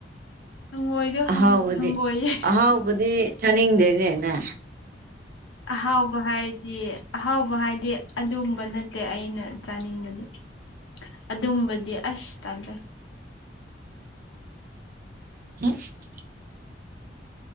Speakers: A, on the left (about 80°); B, on the right (about 50°).
A: ꯍꯪꯉꯣꯏꯗꯣ
B: ꯑꯍꯥꯎꯕꯗꯤ
A: ꯍꯪꯒꯣꯏꯌꯦ
B: ꯑꯍꯥꯎꯕꯗꯤ ꯆꯥꯅꯤꯡꯗꯦꯅꯦ ꯅꯦ
A: ꯑꯍꯥꯎꯕ ꯍꯥꯏꯔꯗꯤ ꯑꯍꯥꯎꯕ ꯍꯥꯏꯗꯤ ꯑꯗꯨꯝꯕ ꯅꯠꯇꯦ ꯑꯩꯅ ꯆꯥꯅꯤꯡꯕꯗꯤ
B: <inaudible>
A: ꯑꯗꯨꯝꯕꯗꯤ ꯑꯁ ꯇꯜꯂꯦ
B: <unintelligible>